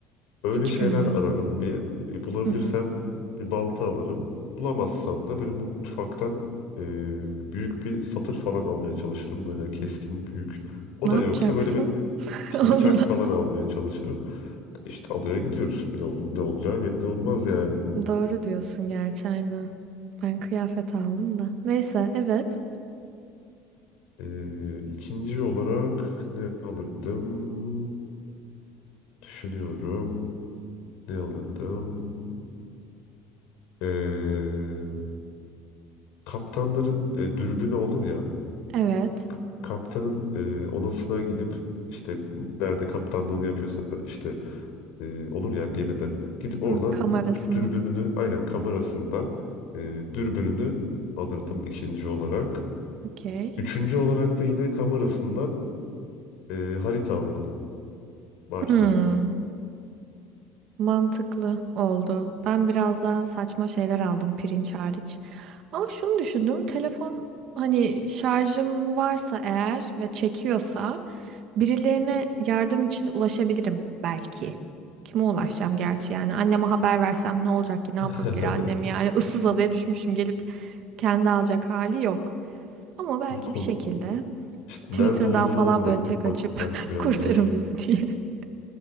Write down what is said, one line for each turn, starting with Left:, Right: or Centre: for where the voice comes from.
Left: Öyle
Right: Hiç
Left: şeyler
Right: görmedim.
Left: ararım bir. E, bulabilirsem
Right: <laughs>
Left: bir balta alırım. Bulamazsam da böyle mutfaktan e, büyük bir satır falan almaya çalışırım. Böyle keskin büyük. O
Right: Ne
Left: da
Right: yapacaksın?
Left: yoksa böyle bir
Right: <laughs>
Left: işte
Right: Onunla.
Left: bıçak falan almaya çalışırım. İşte adaya gidiyoruz. Ne, ol- ne olacağı belli olmaz yani.
Right: Doğru diyorsun gerçi aynen. Ben kıyafet aldım da. Neyse evet.
Left: E, ikinci olarak ne alırdım? Düşünüyorum. Ne alırdım? E, kaptanların e, dürbünü olur ya.
Right: Evet.
Left: ka- kaptanın e, odasına gidip işte nerede kaptanlığını yapıyorsa işte e, olur ya gemide gidip oradan
Right: Hmm, Kamerasını.
Left: d- dürbününü aynen kamerasından e, dürbününü alırdım ikinci olarak.
Right: Okey.
Left: Üçüncü olarak da yine kamerasından e, harita alırdım varsa.
Right: Hmm. Mantıklı oldu. Ben biraz daha saçma şeyler aldım pirinç hariç. Ama şunu düşündüm. Telefon hani şarjım varsa eğer ve çekiyorsa birilerine yardım için ulaşabilirim belki. Kime ulaşacağım gerçi yani anneme haber versem ne olacak ki ne yapabilir
Left: <laughs>
Right: annem yani <laughs> ıssız adaya düşmüşüm gelip kendi alacak hali yok. Ama belki
Left: Kon
Right: bir şekilde
Left: işte nerede
Right: Twitter'dan
Left: olduğunu
Right: falan
Left: anlatmak
Right: böyle tek açıp
Left: belki
Right: <laughs>
Left: biraz
Right: kurtarın
Left: zor
Right: bizi diye. <laughs>